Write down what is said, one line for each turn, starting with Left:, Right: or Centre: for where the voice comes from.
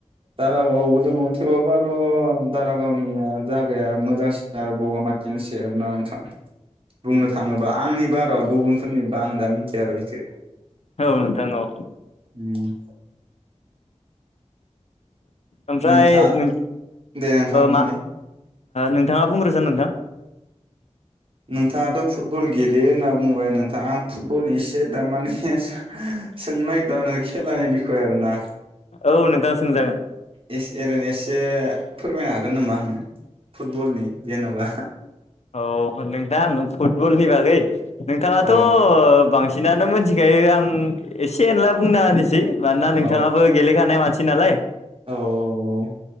Right: दारागाआवबो दङ थेवबाबो आर दारागावनिया जागाया मोजांसिन आरो बगामाथिनिसै आरो ना नोंथां बुंनो थाङोबा आंनिबा र' गुबुनफोरनिबा आं दा मिथिया र' इसे
Left: औ नोंथां औ
Right: उम
Left: ओमफ्राय
Right: नोंथाङा
Left: नों
Right: दे नोंथां बुंनाय
Left: मा नोंथाङा बुंग्रोसन नोंथां
Right: नोंथाङाथ' फुटबल गेलेयो होनना बुंबाय नोंथां आं फुटबल एसे थारमाने सोंनो नागिरदों नों खेलानि बिखय आरोना
Left: औ नोंथां सोंजागोन
Right: ए ओरैनो एसे फोरमायनो हागोन नामा आंनो फुटबलनि जेन'बा
Left: औ नोंथां फुटबलनि बागै नोंथाङाथ'
Right: औ
Left: बांसिन नानो मोनथिखायो आं एसे एनला बुंना होनोसै मानोना नोंथाङाबो
Right: औ
Left: गेलेखानाय मानसि नालाय
Right: औ औ